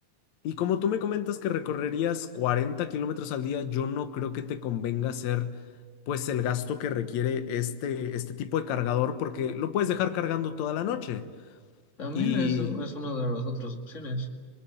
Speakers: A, on the left (about 65°); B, on the left (about 35°).
A: Y como tú me comentas que recorrerías 40 kilómetros al día, yo no creo que te convenga hacer pues el gasto que requiere este, este tipo de cargador porque lo puedes dejar cargando toda la noche.
B: También
A: Y
B: es, es una de las otras opciones.